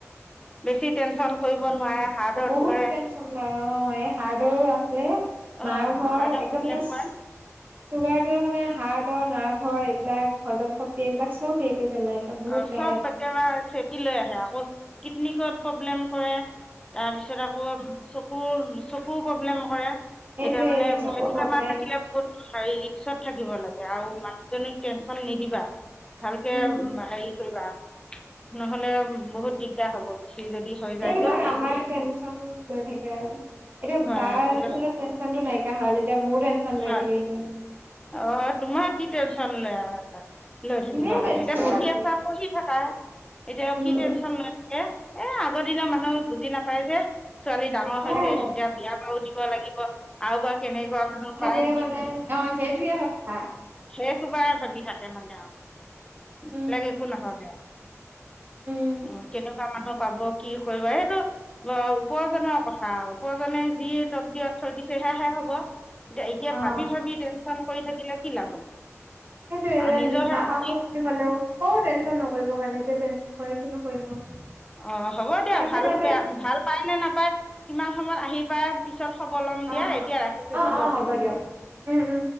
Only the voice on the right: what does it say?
অ বহুত
টেনচন লৈয় অ এই হাৰ্ডৰ আছে। এ
মাৰ ঘৰ
একদম
নেচ।
চুগাৰটোৱে মানে হাৰ্টৰ নাৰ্ভৰ এইবিলাক হজম শক্তি এইবিলাক চব সেৰিকৰি পেলাই। একদম বহুত
বেয়া
এইটোয়ে
চকুৰ
প্ৰব্লেম
উম
এইবিলাক
আমাৰ টেনচন লৈ থাকে আৰু এতিয়া
বাৰ টেন্যচটো নাইকিয়া হল এতিয়া মোৰ টেন্যচন লৈ
থাকে এনে
ইনে
টেনচন
লৈ
থাকে
উম
সেয়াই
সেইটোৱে মানে অ সেইটোয়ে কথা।
উম
উম
অ
সেইটো এয়া
নাম
লেও অ টেনচন নকৰিব কাৰণে এতিয়া টেনচন কৰি কিনো কৰিম আৰু
টাইমে
টাইমে
অ',
অ',
অ',
অ', দিয়ক। উম, উম।